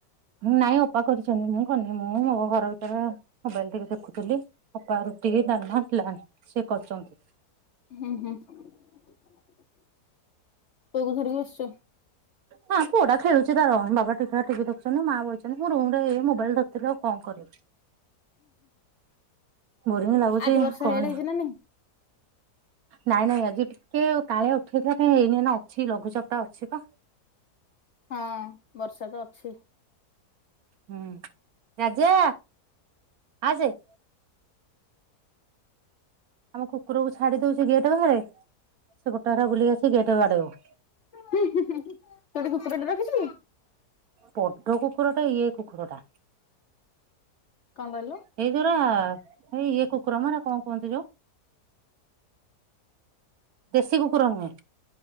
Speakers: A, on the right; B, on the left.
A: ନାଇଁ ଅପା କରିଚନ୍ତି ମୁଁ କରିନି ମୁଁ ମୋ ଘର ଭିତରେ ମୋବାଇଲ୍ ଟିକେ ଦେଖୁଥୁଲି। ଅପା ରୁଟିକି ଦାଲମା ଥିଲା ସିଏ କରୁଚନ୍ତି।
B: ହୁଁ ହୁଁ ପୁଅକୁ ଧରିକି ବସଚୁ?
A: ହଁ ପୁଅଟା ଖେଳୁଚି ତାର ର ବାବା ଟିଥା ଟି ଭି ଦେଖୁଚନ୍ତି, ମା ବଇଛନ୍ତି, ମୁଁ ରୁମରେ ଏଇ ମୋବାଇଲ୍ ଦେଖୁଥୁଲି ଆଉ କଣ କରିବି? ବୋରିଙ୍ଗ ଲାଗୁଚି
B: ଆଜି ବର୍ଷା
A: କହନି।
B: ଇଆଡେ ହେଇଛି ନା ନାଇଁ?
A: ନାଇଁ ନାଇଁ ଆଜି ଟିକେ କାଳେ ଉଠେଇଥିଲା କାଇଁ ଏଇନି ଏଇନା ଅଛି ଲଘୁଚାପଟା ଅଛି ପା।
B: ହଁ ବର୍ଷା ତ ଅଛି।
A: ହୁଁ ରାଜା ଆସେ। ଆମ କୁକୁରକୁ ଛାଡ଼ି ଦୋଉ ସେ ଗେଟ୍ ବାହାରେ ସେ ଗୋଟା ଭେରା ବୁଲିକି ଆସି ଗେଟ୍ ବାଡ଼େଇବ।
B: ତୁ ଗୋଟେ କୁକୁରଟେ ରଖିଚୁ?
A: ବଡ଼ କୁକୁର ଟେ ଇଏ କୁକୁର ଟା।
B: କଣ କହିଲୁ
A: ଏଇ ଗୁରା ହେଇ ଇଏ କୁ କୁକୁର ମ ହେରା କଁ କୁହନ୍ତି ଯୋଉ ଦେଶୀ କୁକୁର ନୁହେଁ।